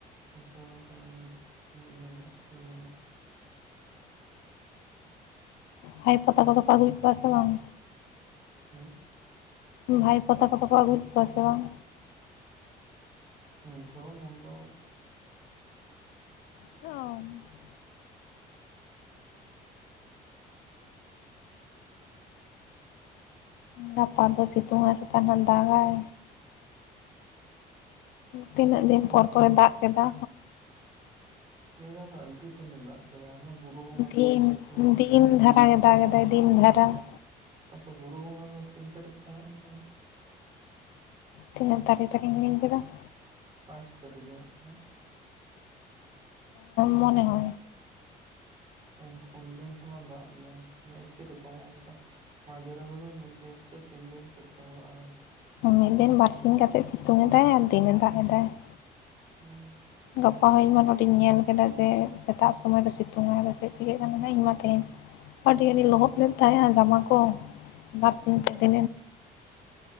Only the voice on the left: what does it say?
ᱦᱟᱭ ᱯᱟᱛᱟ ᱠᱚᱫᱚ ᱚᱠ ᱟᱹᱜᱩ ᱭᱮᱫ ᱠᱚᱣᱟ ᱥᱮ ᱵᱟᱝ?
ᱵᱷᱟᱭᱤ ᱯᱚᱛᱛᱟ ᱠᱚᱫᱚ ᱠᱚ ᱟᱹᱜᱩᱭᱮᱫ ᱠᱚᱣᱟ ᱥᱮ ᱵᱟᱝ?
<unintelligible> ᱜᱟᱯᱟ ᱫᱚ ᱥᱤᱛᱩᱝᱟᱭ ᱥᱮ ᱥᱮᱛᱟᱜ ᱠᱷᱚᱡ ᱫᱟᱜᱟᱭ? ᱛᱤᱱᱟᱹᱜ
ᱫᱤᱱ ᱯᱚᱨ ᱯᱚᱨᱮ ᱫᱟᱜ ᱠᱮᱫᱟ?
ᱫᱤᱱ
ᱫᱤᱱ ᱫᱷᱟᱨᱟ ᱜᱮ ᱫᱟᱜ ᱠᱮᱫᱟᱭ ᱫᱤᱱ ᱫᱷᱟᱨᱟ ᱾
ᱛᱤᱱᱟᱹᱜ ᱛᱟᱹᱨᱤᱠ <unintelligible> ᱦᱤᱲᱤᱧ ᱠᱮᱫᱟ ᱾
ᱢᱚᱱᱮ ᱦᱚ
ᱢᱤᱫ ᱫᱤᱱ ᱵᱟᱨᱥᱤᱧ ᱠᱟᱛᱮᱜ ᱥᱤᱛᱩᱝ ᱮᱫᱟᱭ ᱟᱨ ᱫᱤᱱᱮ ᱫᱟᱜ ᱮᱫᱟᱭ ᱾
ᱜᱟᱯᱟ ᱦᱚᱸ ᱤᱧᱢᱟ ᱱᱚᱸᱰᱮᱧ ᱧᱮᱞ ᱠᱮᱫᱟ ᱡᱮ ᱥᱮᱛᱟᱜ ᱥᱚᱢᱚᱭ ᱫᱚ ᱥᱤᱛᱩᱝ ᱟᱭ ᱟᱫᱚ ᱪᱮᱫ ᱪᱤᱠᱟᱹᱜ ᱠᱟᱱᱟ ᱤᱧ ᱢᱟ ᱛᱮᱦᱮᱧ ᱟᱹᱰᱤ ᱟᱹᱰᱤ ᱞᱚᱦᱚᱫ ᱞᱮᱱ ᱛᱟᱦᱮᱸᱼᱟ ᱡᱟᱢᱟ ᱠᱚ ᱵᱟᱨ ᱥᱤᱧ ᱛᱮᱜᱮ